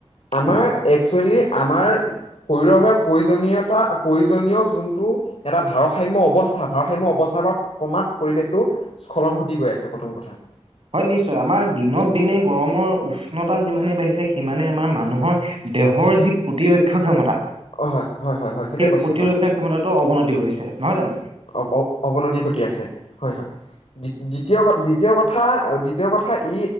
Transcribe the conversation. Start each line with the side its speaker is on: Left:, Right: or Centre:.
Left: আমাৰ
Right: হয়
Left: একচুৱেলি আমাৰ শৰীৰৰ বাবে প্ৰয়োজনীয়তা প্ৰয়োজনীয় যোন। এটা ভাৰসাম্য অৱস্থা ভাৰসাম্য অৱস্থাৰ পৰা ক্ৰমাত পৰিৱেশতটো স্খলন ঘটি গৈ আছে। প্ৰথম কথা।
Right: হয় নিশ্চয় আমাৰ দিনক দিনে গৰমৰ উষ্ণতা যিমানে বাঢ়িছে সিমানে আমাৰ মানুহৰ। দেহৰ যি প্ৰতিৰক্ষা ক্ষমতা।
Left: হয় হয় হয় হয় সেইটোৱে
Right: সেই
Left: কৈছো
Right: প্ৰতিৰক্ষা
Left: হয়
Right: ক্ষমতাতো অৱনতি ঘটিছে। নহয় জানো
Left: অ অৱনতি ঘটি আছে হয় হয় দ্বিতীয় ক দ্বিতীয় কথা। কথা দ্বিতীয় কথা ই